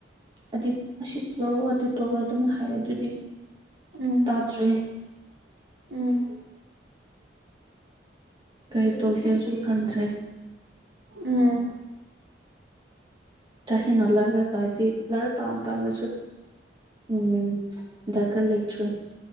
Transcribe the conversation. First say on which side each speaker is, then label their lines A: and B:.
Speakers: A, on the right (about 25°); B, on the right (about 70°).
A: ꯑꯗꯤ ꯑꯁꯤ ꯇꯧꯔꯣ ꯑꯗꯨ ꯇꯧꯔꯣ ꯑꯗꯨꯃꯥꯏꯅ ꯍꯥꯏꯌꯦ ꯑꯗꯨꯗꯤ
B: ꯎꯝ
A: ꯇꯥꯇ꯭ꯔꯦ
B: ꯎꯝ
A: ꯀꯔꯤ ꯇꯧꯁꯦꯁꯨ ꯈꯟꯗ꯭ꯔꯦ
B: ꯎꯝ
A: ꯆꯍꯤꯅ ꯂꯥꯏꯔꯒꯗꯤ ꯂꯥꯏꯔꯤꯛ ꯇꯥꯝ ꯇꯥꯝꯔꯁꯨ ꯎꯝ ꯗ꯭ꯔꯀꯥꯔ ꯂꯩꯇ꯭ꯔꯦ